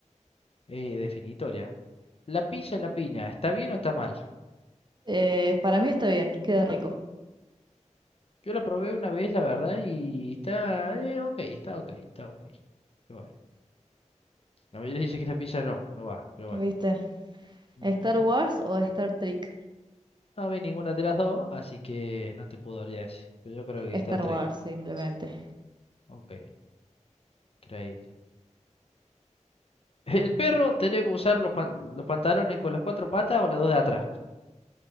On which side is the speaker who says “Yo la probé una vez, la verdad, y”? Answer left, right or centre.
Left